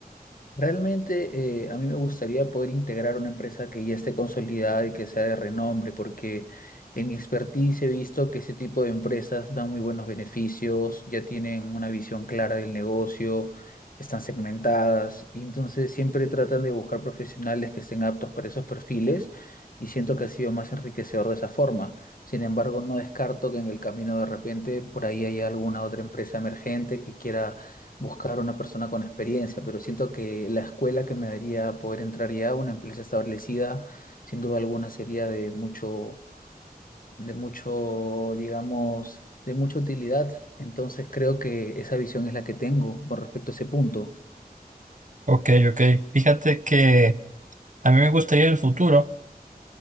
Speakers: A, on the left; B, on the right.
A: Realmente eh, a mí me gustaría poder integrar una empresa que ya esté consolidada y que sea de renombre, porque en mi expertise he visto que ese tipo de empresas dan muy buenos beneficios, ya tienen una visión clara del negocio, están segmentadas, y entonces siempre tratan de buscar profesionales que estén aptos para esos perfiles y siento que ha sido más enriquecedor de esa forma. Sin embargo, no descarto que en el camino de repente por ahí haya alguna otra empresa emergente que quiera buscar una persona con experiencia, pero siento que la escuela que me daría poder entrar ya a una empresa establecida, sin duda alguna, sería de mucho, de mucho, digamos, de mucha utilidad. Entonces creo que esa visión es la que tengo con respecto a ese punto.
B: Ok, ok. Fíjate que a mí me gustaría en el futuro